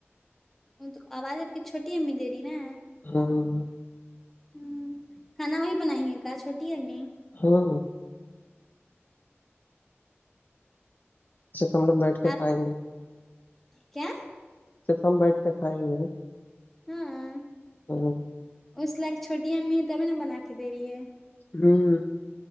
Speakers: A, in the centre; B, on the left.
A: وہ تو آواز آپ کی چھٹی امی دے رہی نا
B: ہاں ہاں ہاں
A: ہمم کھانا وہی بنائی ہے کا چھوٹی امی
B: ہاں صرف ہم لوگ بیٹھ کے
A: آپ
B: کھائیں گے
A: کیا
B: صرف ہم بیٹھ کے کھائیں گے
A: ہاں
B: ہاں
A: اس لائق چھوٹی امی ہیں تبھی نا بنا کے دے رہی ہے
B: ہمم